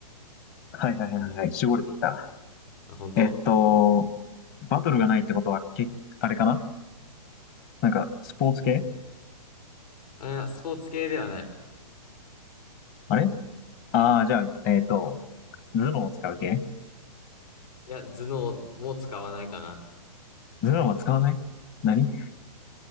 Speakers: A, on the left; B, on the left.
A: はいはいはいはい。絞れてきた。
B: あ、本当
A: えっと、バトルがないってことは、け、あれかななんか、スポーツ系
B: あ、いや、スポーツ系ではない。
A: あれああー、じゃあ、えっと、頭脳を使う系
B: いや、頭脳も使わないかな。
A: 頭脳は使わない何